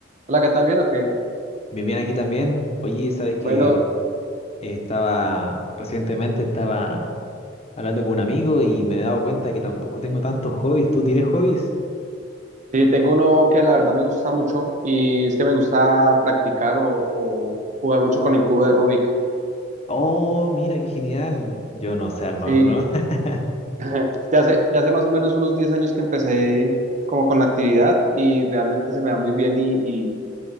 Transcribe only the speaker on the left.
Bien, bien aquí también. Oye, sabes que
eh, estaba recientemente estaba hablando con un amigo y me he dado cuenta que tampoco tengo tantos hobbies. ¿Tú tienes hobbies?
Oh, mira, qué genial. Yo no sé armar
uno. <laughs>